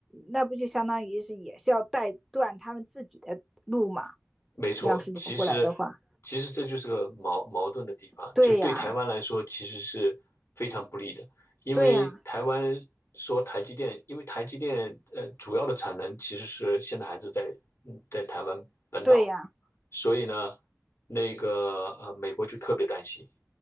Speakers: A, in the centre; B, on the left.
A: 那不就相当于是也是要带断他们自己的路嘛？
B: 没错，
A: 要是挪过来的话，
B: 其实其实这就是个矛矛盾的地方，
A: 对呀，
B: 就是对台湾来说其实是非常不利的，因为台湾
A: 对呀，
B: 说台积电，因为台积电呃主要的产能其实是现在还是在嗯在台湾本岛，
A: 对呀，
B: 所以呢，那个呃美国就特别担心，